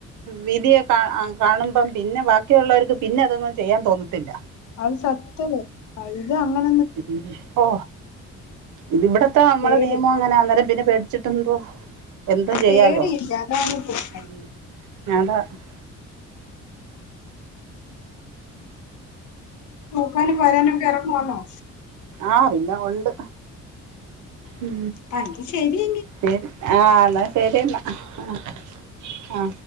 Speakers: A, on the right (about 75°); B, on the left (about 75°).
A: വിധിയെ കാ കാണുമ്പം പിന്നെ ബാക്കിയുള്ളവർക്ക് പിന്നെ അതൊന്നും ചെയ്യാൻ തോന്നത്തില്ല
B: അത് സത്യണ് ഇത് അങ്ങനെ
A: ഉപ്പോ ഇ ഇവിടത്തെ നമ്മള
B: പേടി
A: നിയമം ഇതിനു ഓ ഇവിടുത്തെ മ്മളെ നിയമം അങ്ങനെ യാ അന്നേരം ഇതിനെ പേടിച്ചിട്ടുന്തോ എന്തും ചെയ്യാലോ
B: പേടിയില്ല അതാണ് പ്രശ്നം
A: ഉം <unintelligible>
B: പോവാനും വരാനൊക്കെഎറങ്ങുവാന്നോ
A: ആഹ് പിന്നെ ഒണ്ട് ഉം
B: ആ എങ്കിൽ ശരി
A: പിൻ ആ എന്ന പെരെന്ന അ ഹ അ